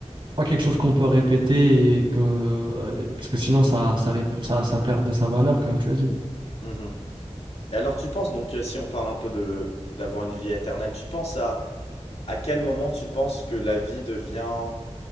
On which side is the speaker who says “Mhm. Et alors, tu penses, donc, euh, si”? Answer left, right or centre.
Left